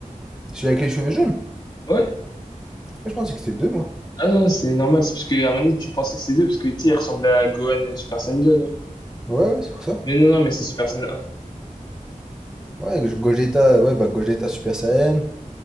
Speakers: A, in the centre; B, on the left.
A: Celui avec les cheveux jaunes?
B: Ouais?
A: Ah, je pensais que c'était 2 moi.
B: Ah non, c'est normal, c'est parce que à mon avis tu pensais que c'est 2 parce que tu sais, il ressemblait à Gohan euh, Super Saiyan 2, non?
A: Ouais, ouais, c'est pour ça.
B: Mais non, non, mais c'est Super Saiyan un.
A: Ouais, Gogeta, ouais, bah Gogeta Super Saiyan,